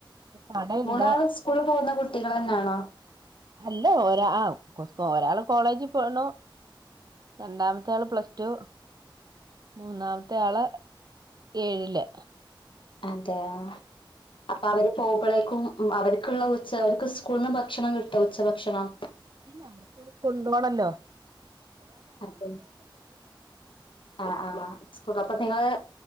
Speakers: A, on the right; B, on the left.
A: കടയുണ്ട്
B: മൂന്നാളും സ്കൂളിൽ പോകുന്ന കുട്ടികൾന്നെയാണോ
A: അല്ല ഒരാ ആ കു ഒരാള് കോളേജിൽ പോണു രണ്ടാമത്തെ ആള് പ്ലസ് ടു മൂന്നാമത്തെ ആള് ഏഴില്
B: അതെ അ അപ്പൊ അവര് പോമ്പോഴേളേക്കും ക്കും അവർക്കുള്ള ഉച്ച അവർക്ക് സ്കൂളിൽന്ന് ഭക്ഷണം കിട്ടും ഉച്ച ഭക്ഷണം
A: ഇല്ല അവർക്ക് കൊണ്ടു പോണല്ലോ
B: അതെ ആ ആ സ്കൂൾ അപ്പൊ നിങ്ങള്